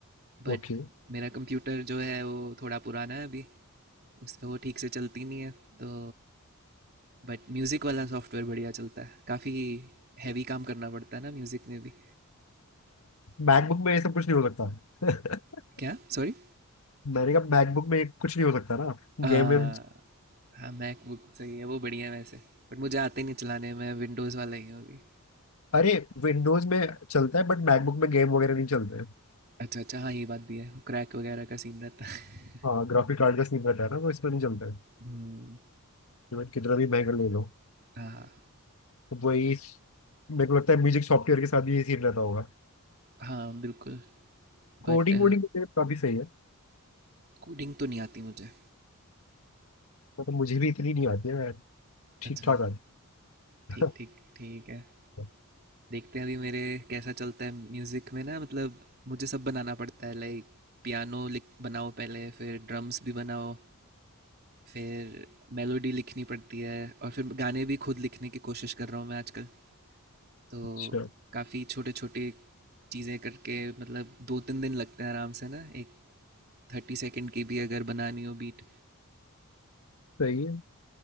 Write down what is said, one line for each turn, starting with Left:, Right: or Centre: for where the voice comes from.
Right: बट
Left: ओके
Right: मेरा कंप्यूटर जो है वो थोड़ा पुराना है अभी उस पर वो ठीक से चलती नहीं है तो बट म्यूज़िक वाला सॉफ्टवेयर बढ़िया चलता है काफ़ी हैवी काम करना पड़ता है ना म्यूज़िक में भी
Left: मैकबुक में ये सब कुछ नहीं हो सकता <laughs>
Right: क्या सॉरी
Left: मैंने कहा मैकबुक में ये कुछ नहीं हो सकता ना
Right: आ,
Left: गेम वेम
Right: हाँ मैकबुक सही है वो बढ़िया है वैसे बट मुझे आते ही नहीं चलाने मैं विंडोज़ वाला ही हूँ अभी
Left: अरे विंडोज में चलता है बट मैकबुक में गेम वगैरह नहीं चलते हैं
Right: अच्छा अच्छा हाँ ये बात भी है क्रैक वगैरह का सीन रहता है
Left: हाँ ग्राफिक कार्ड का सीन रहता है ना तो इसमें नहीं चलता है
Right: हम्म,
Left: इवन कितना भी महंगा ले लो
Right: हाँ
Left: तो वही मेरे को लगता है म्यूजिक सॉफ्टवेयर के साथ भी ये सीन रहता होगा
Right: हाँ बिल्कुल बट
Left: कोडिंग वोडिंग तो काफी सही है
Right: कोडिंग तो नहीं आती मुझे
Left: मतलब मुझे भी इतनी नहीं आती है मैं ठीक
Right: अच्छा
Left: ठाक आती
Right: ठीक
Left: है
Right: ठीक ठीक है
Left: <laughs>
Right: देखते हैं अभी मेरे कैसा चलता है म्यूज़िक में ना मतलब मुझे सब बनाना पड़ता है लाइक पियानो लिख बनाओ पहले फिर ड्रम्स भी बनाओ फिर मेलोडी लिखनी पड़ती है और फिर गाने भी खुद लिखने की कोशिश कर रहा हूँ मैं आजकल तो
Left: अच्छा
Right: काफ़ी छोटे छोटे चीज़ें करके मतलब दो तीन दिन लगते हैं आराम से ना एक थर्टी सेकेंड की भी अगर बनानी हो बीट
Left: सही है